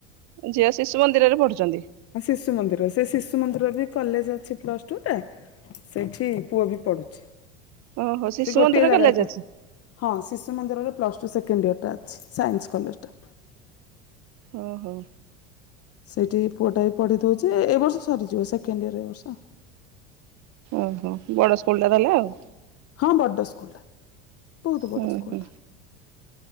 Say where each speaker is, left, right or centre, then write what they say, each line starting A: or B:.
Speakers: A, on the right (about 50°); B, on the left (about 40°).
A: ଝିଅ ଶିଶୁ ମନ୍ଦିରରେ ପଢୁଛନ୍ତି।
B: ଶିଶୁ ମନ୍ଦିର ସେ ଶିଶୁ ମନ୍ଦିରର ବି କଲେଜ ଅଛି ପ୍ଲସ ଟୁ ଟା। ସେଇଠି ପୁଅ ବି ପଢୁଛି।
A: ଓହୋ ଶିଶୁ
B: ସେ ଗୋଟିଏ
A: ମନ୍ଦିର
B: ଜାଗାରେ
A: କଲେଜ
B: ପ
A: ଅଛି
B: ହଁ ଶିଶୁ ମନ୍ଦିରର ପ୍ଲସ୍ ଟୁ ସେକେଣ୍ଡ ଇୟରଟା ଅଛି ସାଇନ୍ସ କଲେଜଟା।
A: ଓଁ ହୋ
B: ସେଇଠି ପୁଅଟା ବି ପଢ଼ିଥଉଛଛି ଏ ବର୍ଷ ସରିଯିବ ସେକେଣ୍ଡ ଇୟର୍ ଏ ବର୍ଷ।
A: ଓହୋ ବଡ ସ୍କୁଲ ଟା ହେଲେ ଆଉ?
B: ହଁ ବଡ଼ ସ୍କୁଲଟା ବହୁତ ବଡ଼
A: ହୁଁ
B: ସ୍କୁଲଟା।
A: ହୁଁ